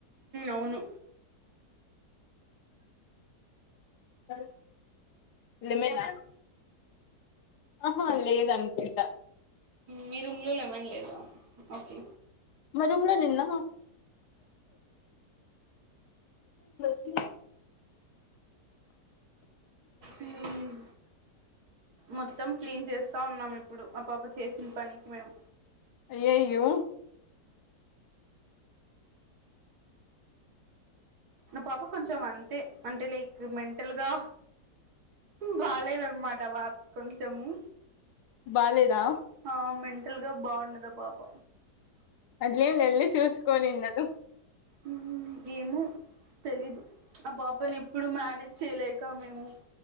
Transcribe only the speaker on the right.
అవును
మీ రూమ్ లో లెమన్ లేదా ఓకే
మ్ మొత్తం క్లీన్ చేస్తా ఉన్నాం ఇప్పుడు ఆ పాపకి చేసిన పనికి మేము
ఆ పాప కొంచెం అంతే అంటే లైక్ మెంటల్గా బాలేదన్నమాట ఆ పాపకి కొంచెము
ఆ మెంటల్గా బాగుండదు ఆ పాప
మ్ ఏమో తెలీదు ఆ పాపని ఎప్పుడు మేనేజ్ చేయలేక మేము